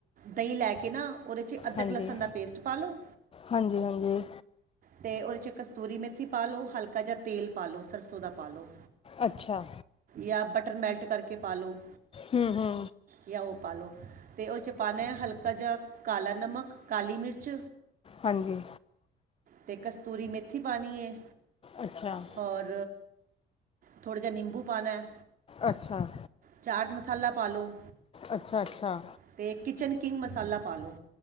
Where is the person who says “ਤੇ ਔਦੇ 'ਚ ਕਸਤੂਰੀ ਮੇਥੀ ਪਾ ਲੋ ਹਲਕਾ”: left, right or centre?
Right